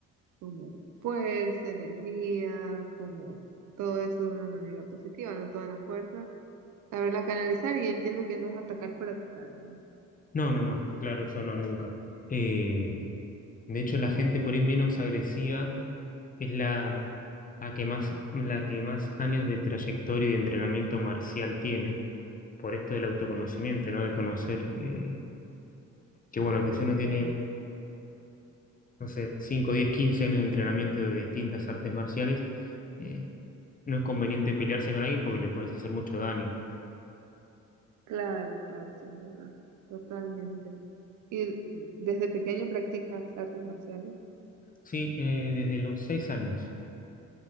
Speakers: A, on the right; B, on the left.
A: como fuerza, energía, como todo eso de una manera positiva, no toda la fuerza. Saberla canalizar y entiendo que no es atacar por atacar, ¿no?
B: No, no, no, claro, eso no, nunca. Eh, de hecho, la gente por ahí menos agresiva. Es la, la que más, la que más años de trayectoria y de entrenamiento marcial tiene, por esto del autoconocimiento, ¿no? De conocer eh, que, bueno, que si uno tiene, no sé, 5 10 15 años de entrenamiento de distintas artes marciales, eh, no es conveniente pelearse con alguien porque le puedes hacer mucho daño.
A: Claro, claro, sí, es verdad. Totalmente. Y desde pequeño practicas artes marciales.
B: Sí, eh, desde los 6 años.